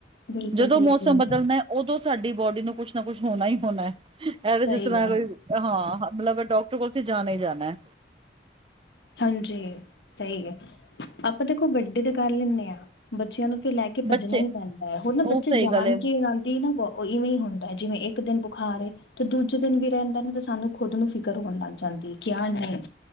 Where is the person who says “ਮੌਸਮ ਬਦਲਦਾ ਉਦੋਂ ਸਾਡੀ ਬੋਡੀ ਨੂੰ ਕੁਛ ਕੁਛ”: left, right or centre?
Right